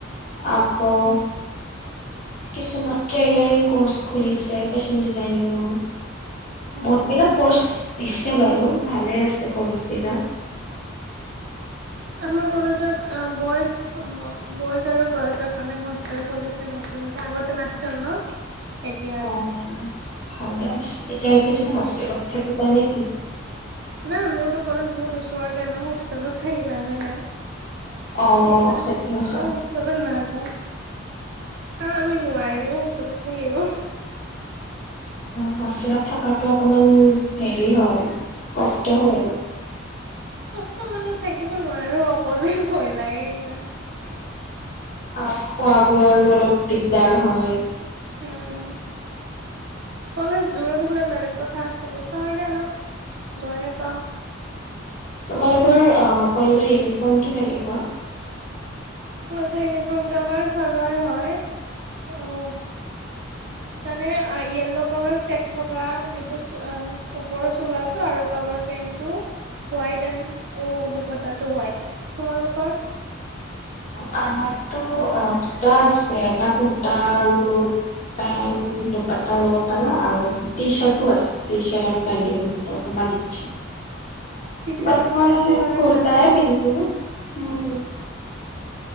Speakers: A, on the left; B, on the right.
A: আকৌ
B: অ
A: কিছুমান ট্ৰেইলাৰিং কৰ্চ খুলিছে ফেশ্বন ডিজাইনিঙৰ
B: অ
A: বহুতবিলাক কৰ্চ দিছে বাৰু ভালে আছে কৰ্চ বিলাক
B: আমাৰ কলেজত অ বইজ বইজ আৰু গাৰ্লছৰ কাৰণে হোষ্টেল খুলিছে নতুনকে আগতে নাছিল ন এতিয়া আনিছে।
A: অ ভালে আছে এতিয়া একেদিন হস্তেলত থাকিবা নে কি
B: নাই মোৰতো কলেজ বহুত ওচৰতে ন হোষ্টেলত থাকিল লাভে নাই
A: অ
B: সেইকাৰণে
A: সেইটো হয়
B: মই ওচৰত নাজা অ আমি নোৱাৰিমেই হোষ্টেলত থাকিব
A: হোষ্টেলত থকাটো অকমান হেৰি হয় কষ্ট হয়
B: কষ্ট মানে থাকিব নোৱাৰো অকলে ভয় লাগে ইমান
A: আ আৰু খোৱা বোৱাৰো অলপ দিগদাৰ হয়
B: উম কলেজ দুৰত হলে বেলেগ কথা আছিল ওচৰতে ন গয়ে পাওঁ
A: তোমালোকৰ আ কলেজৰ ইউনিফৰ্মটো কেনেকুৱা
B: কলেজৰ ইউনিফৰ্মটো আমাৰ চালোৱাৰ হয় অ তানে ইয়েলৌ কালাৰ চেক থকা যিটো আ ওপৰৰ চোলটো আৰু তলৰ পেন্টো হোৱাইট এন্ড দুপাত্তাটো হোৱাইট তোমালোকৰ
A: আমাৰতো অ দুটা আছে এটা কুৰ্তা আৰু পেন্ট দুপাৰটা ল'ব পাৰো আৰু ট্ৰি চাৰ্ট ও আছে ট্ৰি চাৰ্ট পেনটো পিন্ধিব পা <unintelligible>
B: টি চাৰ্টৰ
A: ম মই
B: পেন্টটো হ'লে
A: কুৰটাই
B: ভাল হয়
A: পিন্ধো উম